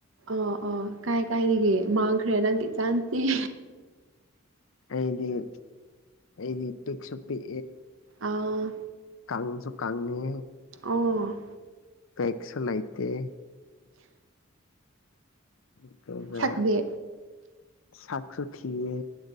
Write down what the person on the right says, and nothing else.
ꯑ ꯑꯥ ꯀꯥꯏ ꯀꯥꯏꯒꯦ ꯃꯥꯡꯈ꯭ꯔꯦ ꯅꯪꯒꯤ ꯆꯥꯟꯁꯤꯤ
ꯑꯥ
ꯑꯣ
ꯁꯛꯗꯦ